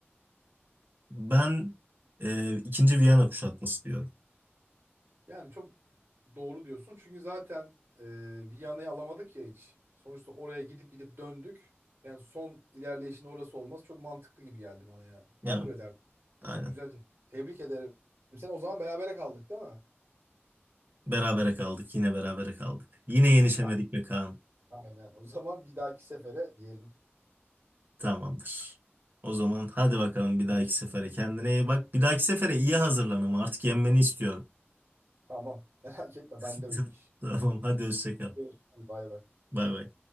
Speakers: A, on the right (about 45°); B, on the right (about 75°).
A: ben ee, ikinci Viyana kuşatması diyorum.
B: Yani çok doğru diyorsun. Çünkü zaten e, Viyana'yı alamadık ya hiç. Sonuçta oraya gidip gidip döndük. Yani son ilerleyişin orası olması çok mantıklı gibi geldi bana yani.
A: Evet,
B: Ben de öyle derdim.
A: aynen.
B: Güzelce. Tebrik ederim. Sen o zaman berabere kaldık değil mi?
A: Berabere kaldık. Yine berabere kaldık. Yine yenişemedik
B: <laughs>
A: be Kaan.
B: Aynen. O zaman bir dahaki sefere diyelim.
A: Tamamdır. O zaman hadi bakalım bir dahaki sefere kendine iyi bak. Bir dahaki sefere iyi hazırlan ama artık yenmeni istiyorum.
B: Tamam. Merak etme. Ben
A: <laughs>
B: de o iş.
A: Tamam hadi hoşça kal.
B: Görüşürüz. Bay bay.
A: Bay bay.